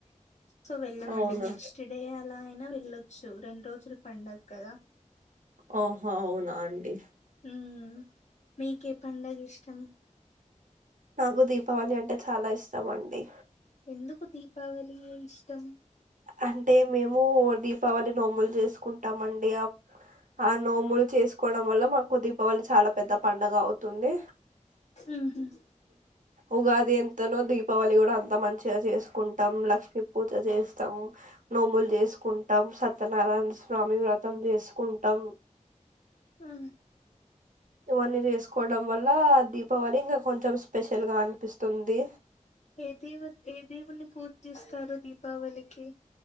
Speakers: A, on the left; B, on the right.
A: సో వెళ్ళమండి
B: అవునా
A: నెక్స్ట్‌ డే అలా నా వెళ్ళొచ్చు రెండు రోజులు పండగ కదా
B: ఓహో అవునా అండి
A: హ్మ్ మీకే పండగ ఇష్టం
B: నాకు దీపావళి అంటే చాలా ఇష్టం అండి
A: ఎందుకు దీపావళి ఏ ఇష్టం
B: అంటే మేము దీపావళి నోమూలు చేస్ సుకుంటామండి ఆ నోములు చేసుకోవడం వల్ల మాకు ది దీపావలి చాలా పెద్ద పండగ అవుతుంది
A: ఉహు.
B: ఉగాది ఎంతనో దీ పావళి కూడా అంత మంచిగా చేసుకుంటాం లక్మీ పూజ చేస్తాం నోములు చేసుకుంటాం సత్యనారాయణ స్వామి వ్రతం చేసుకుంటాం
A: ఆహ
B: ఇవన్నీ చేసుకోవడం వల్ల లా దీపావళి ఇంగ కొంచెం స్పెషల్ గా అనిపిస్తుంది
A: ఏ ఏ దేవున్ని పూ దీపావళికి